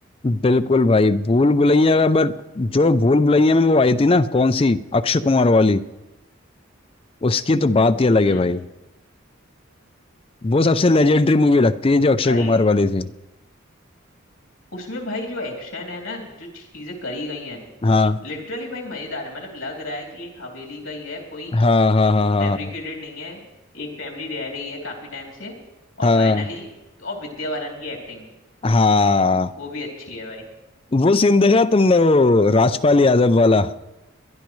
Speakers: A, on the left (about 25°); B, on the left (about 70°).
A: बिल्कुल भाई भूल भुलैया का बट जो भूल भुलैया में वो आई थी ना कौन सी अक्षय कुमार वाली उसकी तो बात ही अलग
B: हम्म
A: है भाई वो सबसे लेजेंडरी मूवी लगती है जो अक्षय
B: भाई
A: कुमार वाली थी
B: उसमें भाई जो एक्शन है ना जो चीजें करी गई हैं
A: हाँ
B: लिटरली भाई मजेदार है मतलब लग रहा है कि एक हवेली का ही है कोई
A: हाँ हाँ हाँ हाँ
B: फैब्रिकेटेड नहीं है एक फैमिली रह रही है काफी टाइम से और
A: हाँ
B: फाइनली और विद्या बालन की एक्टिंग
A: हाँ हाँ।
B: वो भी अच्छी है भाई
A: वो सीन देखा तुमने वो राजपाल यादव वाला